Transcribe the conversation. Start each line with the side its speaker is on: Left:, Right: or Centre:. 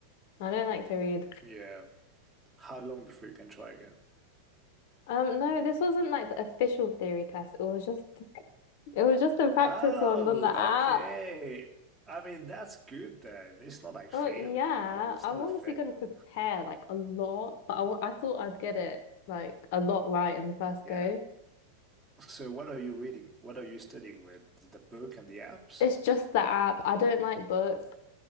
Left: I don't like to read.
Right: yeah, how long before you can try again?
Left: Um, no, this wasn't like the official theory test. It was just, it was just a practice
Right: Oh,
Left: one on the app.
Right: okay. I mean, that's good then. It's not like
Left: Oh
Right: fail,
Left: yeah,
Right: you know, it's
Left: I'm
Right: not a
Left: obviously
Right: fail.
Left: going to prepare like a lot, but I, wa- I thought I'd get it like a lot right in the first
Right: Yeah.
Left: go.
Right: So, what are you reading? What are you studying with? The book and the apps?
Left: It's just the app. I don't like books.